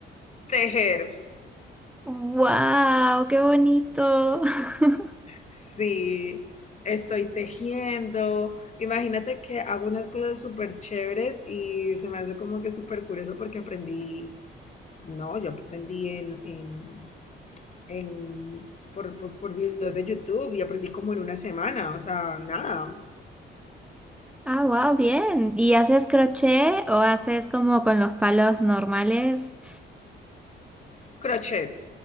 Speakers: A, on the left; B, in the centre.
A: Tejer.
B: ¡Wow! ¡Qué bonito! <laughs>
A: Sí, estoy tejiendo. Imagínate que hago unas cosas súper chéveres y se me hace como que súper curioso porque aprendí, no, yo aprendí en, en, en- por, por, por videos de YouTube y aprendí como en una semana, o sea, nada.
B: Ah, wow, bien. ¿Y haces crochet o haces como con los palos normales?
A: Crochet.